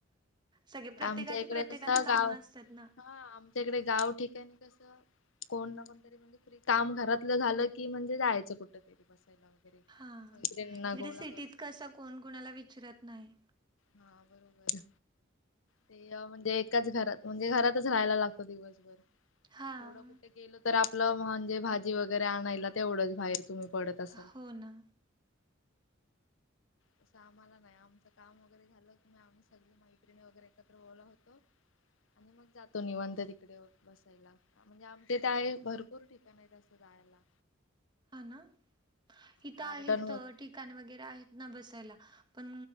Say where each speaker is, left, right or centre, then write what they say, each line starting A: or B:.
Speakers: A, on the right (about 25°); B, on the left (about 85°).
A: सगळे प्रत्येकाची
B: आमच्या इकडे
A: प्रत्येकाला
B: नुसता
A: कामं
B: गाव.
A: असतात ना.
B: हा आमच्याकडे गाव ठिकाणी कस कोण ना कोणतरी म्हणजे काम घरातलं झालं की, म्हणजे जायचं कुठ तरी बसायला. वगैरे.
A: हा
B: मैत्रिणींना
A: इकडे
B: गोला
A: सिटीत
B: करून
A: कस, कोण कुणाला विचारत नाही.
B: हा बरोबर. ते म्हणजे एकाच घरात म्हणजे घरातच राहायला लागतो दिवसभर.
A: हां.
B: थोडं कुठे गेलं तर आपलं म्हणजे भाजी वगैरे आणायला तेवढंच बाहेर. तुम्ही पडत असाल?
A: हो
B: <unintelligible>
A: ना.
B: तसं आम्हाला नाही आमचं काम वैगरे झालं की आम्ही सगळी मैत्रिणी वगैरे एकत्र बोला होतो. आणि मग जातो निवंत तिकडे बसायला म्हणजे आम ते ते आहे भरपूर ठिकाणं आहे तसं रायला
A: हा ना? इथं
B: गार्डन
A: आहेत
B: व
A: ठिकाणं वगैरे आहेत ना बसायला. पण